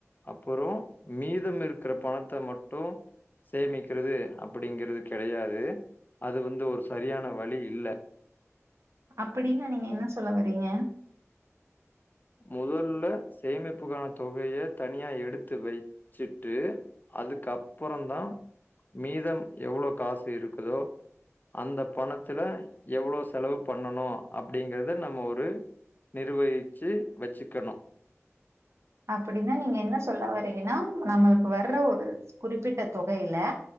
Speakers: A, on the left; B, on the right.
A: அப்புறோ மீத் தம் இருக்கிற பணத்த மட்டூ சேமிக்கிறது அப்படிங்கிறது கெடையாது அது வந்து ஒரு சரியான வழி இல்ல
B: அப்பிடினா நீங்க என்ன சொல்ல வறீங்க
A: மொதல்ல சேமிப் புக்கான தொகைய தனியா எடுத்து வைச்சுட்டு அதுக்கப்புறந்தா மீதம் எவ்ளோ காசு இருக்குதோ அந்த பணத்துல எவ்ளோ செலவு பண்ணணு அப்டிங்கிறத நம்ம ஒரு நிர்வகி வெச்சுக்கணு
B: அப்பிடின்னா நீங்க என்ன சொல்ல வரீங்கனா நம்மளுக்கு வர்ற ஒரு குறிப்பிட்ட தொகையிலே